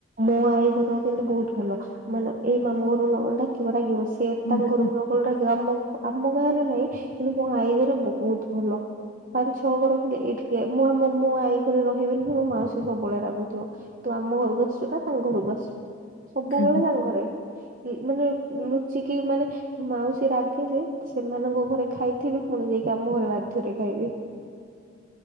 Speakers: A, on the right (about 40°); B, on the left (about 75°).
A: ମୋ ଆଈ ଘର କିନ୍ତୁ ବହୁତ ଭଲ ମାନେ ଏଇ ମାମୁ ଘରୁ ନଗଲେ ଡାକିବ ରାଗିବ। ସିଏ
B: ହୁଁ
A: ତାଙ୍କ ଘରକୁ
B: ହୁଁ।
A: ଗଲେ ଆମକୁ ଡାକିବ। ଆମ ଗାଁରେ ନା ହିଁ କିନ୍ତୁ ମୋ ଆଈ ଘରେ ବହୁତ ଭଲ। ପାଞ୍ଚ ଛଅ ଘର ଖଣ୍ଡେ ଏଇଠିକି ମୁଁ ଆମ ମୋ ଆଈ ଘରେ ରହିବେନି କି ମୋ ମାଉସୀ ସବୁବେଳେ ରାଗୁଥିବ ତୁ ଆମ ଘରକୁ ଆସୁ ଟା ତାଙ୍କ ଘରକୁ ଆସିିବୁ। ସବୁବେଳେ
B: ହୁଁ ହୁଁ।
A: ତାଙ୍କ ଘରେ ମାନେ ଲୁଚିକି ମାନେ ମାଉସୀ ରାଗେ ଯେ ସେମାନଙ୍କ ଘରେ ଖାଇଥିବି ପୁଣି ଯାଇକି ଆମ ଘରେ ବାଧ୍ୟରେ ଖାଇବି।